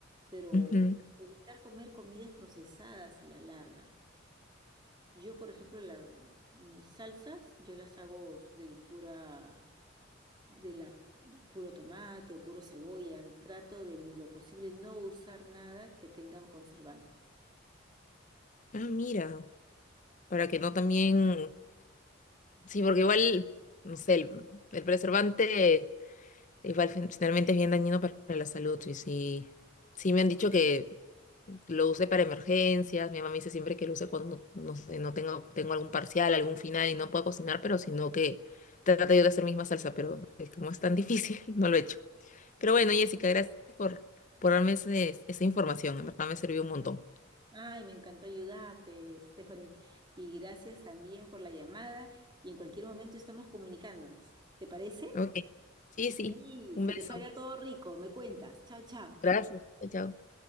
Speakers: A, on the right; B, on the left.
A: pero
B: Ujú.
A: evitar comer comidas procesadas a la larga. Yo, por ejemplo, la- mis salsas, yo las hago de pura, de la puro tomate o puro cebolla. Trato de lo posible no usar nada que tenga conservantes.
B: Ah, mira, para que no también, sí, porque igual, no sé, el, el preservante igual fin- finalmente es bien dañino para la salud, y sí, sí me han dicho que lo use para emergencias, mi mamá me dice siempre que lo use cuando, no sé, no tengo, tengo algún parcial, algún final y no puedo cocinar, pero sino que trata yo de hacer misma salsa, pero eh, como es tan difícil, <laughs> no lo he hecho. Pero bueno, Jessica, gracias por, por darme ese- esa información, en verdad me sirvió un montón.
A: Ay, me encantó ayudarte, Stephanie. Y gracias también por la llamada. Y en cualquier momento estamos comunicándonos. ¿Te parece?
B: Ok, sí, sí,
A: Sí,
B: un
A: que
B: beso.
A: te salga todo rico. Me cuentas. Chao, chao.
B: Gracias. Chao. chao.